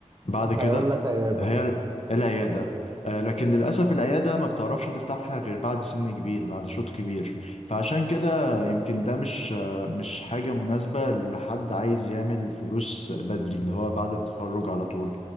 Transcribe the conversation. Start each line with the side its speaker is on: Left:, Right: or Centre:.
Left: بعد كده
Right: هيقول لك عيادة
Left: هي ال- العيادة آه، لكن للأسف العيادة ما بتعرفش تفتحها غير بعد سن كبير بعد شوط كبير فعشان كده يمكن ده مش آه، مش حاجة مناسبة لحد عايز يعمل فلوس بدري اللي هو بعد التخرج على طول